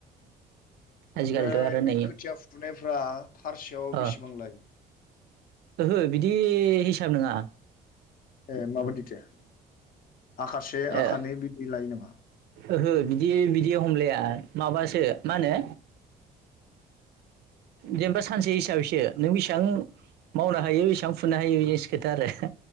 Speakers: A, on the right; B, on the left.
A: आजिखालिथ'
B: ओमफ्राय
A: आरो
B: बे
A: नै
B: खोथिया फुनायफ्रा फारसेयाव
A: अ
B: बेसेबां लायो
A: ओहो बिदि हिसाब नङा
B: ए माबायदिथो आखासे आखानै
A: ए
B: बिदि लायो नामा
A: ओहो बिदि बिदियाव लाया माबासो मा होनो जेनेबा सानसे हिसाबैसो नों बेसां मावनो हायो इसां फुनो हायो इनिसो खोथा आरो